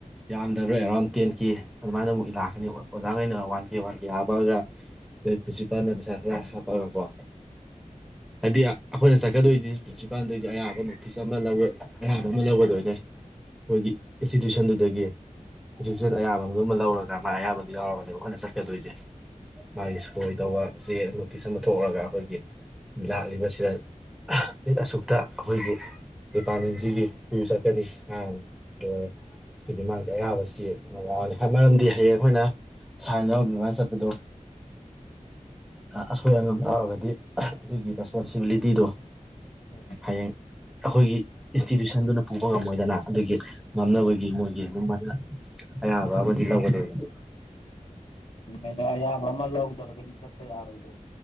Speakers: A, in the centre; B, on the left.
A: ꯌꯥꯝꯗꯕ꯭ꯔꯥ ꯑꯦꯔꯥꯎꯟ ꯇꯦꯟ ꯀꯦ ꯑꯗꯨꯃꯥꯏꯅ ꯑꯃꯨꯛ ꯂꯥꯛꯀꯅꯤ ꯑꯣꯖꯥꯈꯩꯅ ꯋꯥꯟ ꯀꯦ ꯋꯥꯟ ꯀꯦ ꯍꯥꯞꯄꯛꯑꯒ ꯑꯣꯏ ꯄꯨꯟꯁꯤꯄꯥꯟꯗ ꯄꯩꯁꯥ ꯈꯔ ꯍꯥꯞꯄꯛꯑꯒꯀꯣ ꯍꯥꯏꯗꯤ ꯑꯩꯈꯣꯏꯅ ꯆꯠꯀꯗꯣꯏꯁꯤ ꯄ꯭ꯨꯟꯁꯤꯄꯥꯜꯗꯒꯤ ꯑꯌꯥꯝꯕ ꯅꯣꯇꯤꯁ ꯑꯃ ꯂꯧ ꯑꯌꯥꯝꯕ ꯑꯃ ꯂꯧꯒꯗꯣꯏꯅꯦ ꯑꯩꯈꯣꯏꯒꯤ ꯏꯟꯁꯇꯤꯇ꯭ꯌꯨꯁꯟꯗꯨꯗꯒꯤ ꯍꯧꯖꯤꯛꯁꯤꯦꯠ ꯑꯌꯥꯝꯕꯗꯨꯃ ꯂꯧꯔꯒ ꯃꯥ ꯑꯌꯥꯝꯕꯗꯨ ꯌꯥꯎꯔꯒꯅꯦꯕ ꯑꯩꯈꯣꯏꯅ ꯆꯠꯀꯗꯣꯏꯁꯦ ꯃꯥꯒꯤ ꯁꯣꯏꯗꯧꯕ ꯆꯦ ꯅꯣꯇꯤꯁ ꯑꯃ ꯊꯣꯛꯔꯒ ꯑꯩꯈꯣꯏꯒꯤ ꯂꯥꯛꯂꯤꯕꯁꯤꯗ ꯑꯠ ꯑꯁꯨꯛꯇ ꯑꯩꯈꯣꯏꯒꯤ ꯗꯤꯄꯥꯔꯠꯃꯦꯟꯁꯤꯒꯤ ꯆꯠꯀꯅꯤ ꯑ ꯂꯣꯏꯔꯦ ꯍꯧꯒꯤ ꯃꯥꯒꯤ ꯑꯌꯥꯕꯁꯤ ꯑꯗꯨꯃ ꯌꯥꯎꯔꯅꯤ ꯃꯔꯝꯗꯤ ꯍꯌꯦꯡ ꯑꯩꯈꯣꯏꯅ ꯁꯥꯏꯟ ꯌꯥꯎꯗꯃꯥꯏꯅ ꯆꯠꯄꯗꯣ ꯑꯁꯣꯏ ꯑꯉꯥꯝ ꯌꯥꯎꯔꯒꯗꯤ ꯑꯗꯨꯒꯤ ꯔꯦꯁꯄꯣꯟꯁꯤꯕꯤꯂꯤꯇꯤꯗꯣ
B: ꯎꯝ
A: ꯍꯌꯦꯡ ꯑꯩꯈꯣꯏꯒꯤ ꯏꯟꯁꯇꯤꯇ꯭ꯌꯨꯁꯟꯗꯨꯅ ꯄꯨꯕ ꯉꯝꯃꯣꯏꯗꯅ ꯑꯗꯨꯒꯤ ꯉꯝꯅꯕꯒꯤ ꯃꯣꯏꯒꯤ ꯑꯗꯨꯝ ꯍꯥꯏꯥꯏꯅ ꯑꯌꯥꯕ ꯑꯃꯗꯤ ꯂꯧꯒꯗꯣꯏꯗ
B: ꯃꯗ ꯑ ꯐ ꯑꯃ ꯂꯗꯔ ꯀꯗꯤꯁꯄ ꯌꯥꯔꯣꯏ